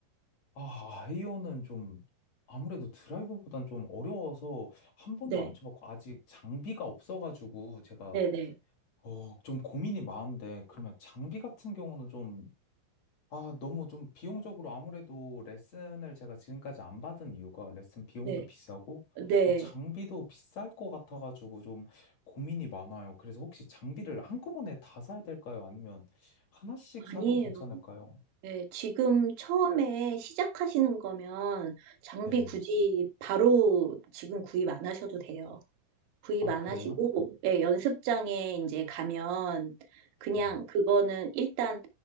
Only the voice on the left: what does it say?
아, 아이언은 좀 아무래도 드라이버보단 좀 어려워서 한 번도
안 쳐봤고 아직 장비가 없어가지고 제가
어, 좀 고민이 많은데 그러면 장비 같은 경우는 좀 아, 너무 좀 비용적으로 아무래도 레슨을 제가 지금까지 안 받은 이유가 레슨 비용도
비싸고
또 장비도 비쌀 것 같아가지고 좀 고민이 많아요. 그래서 혹시 장비를 한꺼번에 다 사야 될까요? 아니면 하나씩 사도
괜찮을까요?
네.
아,
그래요?
네.